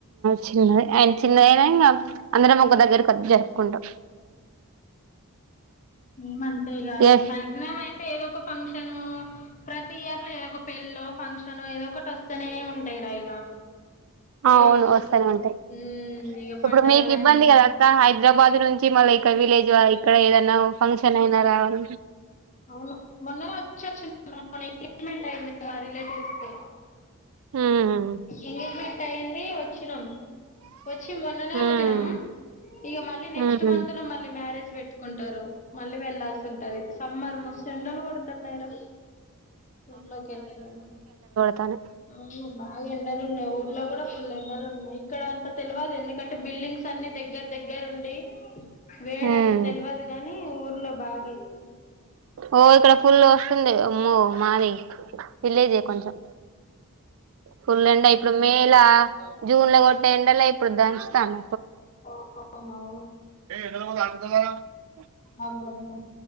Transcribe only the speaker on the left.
ఉ ఏ అంతేగా
మ్యాక్సిమం అయితే ఏదో ఒక ఫంక్షను ప్ర యర్ లో ఏదో ఒక పెళ్ళ ఫంక్షన్ ఏదో ఒకటి వస్తేనే ఉంటాయిరా ఇగా తిరగాల్సి
వస్తుంది
ఉ ఇక
పండగల
అని
అవును మొన్నమెంట్ అయిందిి చూస్తే
ఎంగేజ్మెంట్ అయింది వచ్చినాం వచ్చి మొన్ననే
వచ్చినము ఇక మళ్ళీ నెక్స్ట్
మంత్ లో మళ్ళీ మ్యారేజ్ పెట్టుకుంటారు మళ్ళీ వెళ్లాాల్సి ఉంటంది సమ్మర్ ము తెెండలు కొడుతన్నాయిరా ఊర్లోక ఎలా ఇలా
అవును బాగా ఎండలు ఉన్నాయి ఊర్లో కూడా ఫుల్ ఎండలు ఉన్నాయి ఇక్కడ అంత తెలియదు ఎందుకంటే బిల్డింగ్స్ అన్ని దగ్గర దగ్గర ఉండి వేడ
అంత తెలియదు కాగాని ఊర్లో బాగా అవుతుంది
ఆ అవును
ఆగబద్ కు